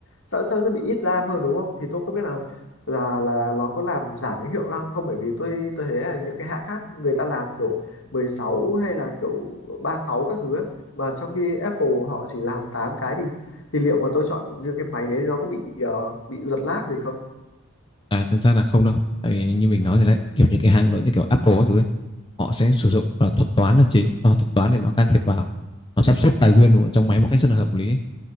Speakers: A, on the left; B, on the left.
A: sẽ, sẽ bị ít RAM hơn đúng không thì tôi không biết là là là là nó có làm giảm cái hiệu năng không bởi vì tôi tôi thấy là những cái hãng khác người ta làm kiểu 16 hay là kiểu 36 các thứ ấy. Và trong khi Apple họ chỉ làm 8 cái thì thì liệu mà tôi chọn những cái máy đấy nó có bị ờ, bị giật lag gì không?
B: À thực ra là không đâu. Tại vì như mình nói rồi đấy, kiểu như cái hãng lớn như kiểu Apple các thứ ấy, họ sẽ sử dụng là thuật toán là chính, nó thuật toán để nó can thiệp vào, nó sắp xếp tài nguyên trong máy một cách rất là hợp lý ấy.